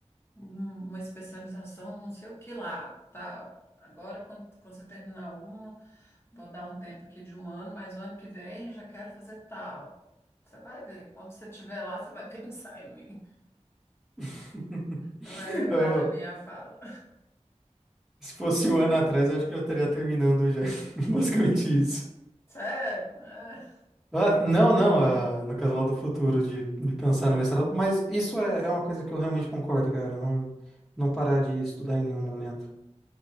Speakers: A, on the left; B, in the centre.
A: um- uma especialização, não sei o que lá, tal. Agora, quando, quando você terminar uma, vou dar um tempo aqui de um ano, mas o ano que vem já quero fazer tal. Você vai ver, quando você estiver lá, você vai <laughs> pensar em mim.
B: <laughs>
A: Você vai lembrar
B: Eu-
A: da minha fala.
B: Se fosse um ano atrás, eu acho que eu já estaria terminando já. <laughs> Basicamente isso.
A: Sério? É,
B: Ah, não, não, ah, no caso lá do futuro, de, de pensar no mestrado. Mas isso é, é uma coisa que eu realmente concordo, cara. Não, não parar de estudar em nenhum momento.